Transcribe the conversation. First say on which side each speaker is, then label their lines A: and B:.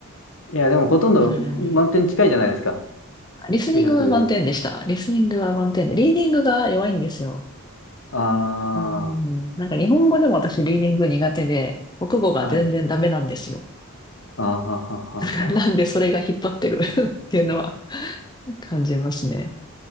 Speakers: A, on the left; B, on the left.
A: いや、でもほとんど満点近いじゃないですか。
B: はい。リスニングは満点でした。
A: 900。
B: リスニングは満点で、リーディングが弱いんですよ。
A: あ
B: うん、なんか日本語でも私リーディング苦手で、国語が全然ダメなんですよ。
A: あ、はい。あーはははは。
B: <laughs> なんでそれが引っ張ってる <laughs> っていうのは感じますね。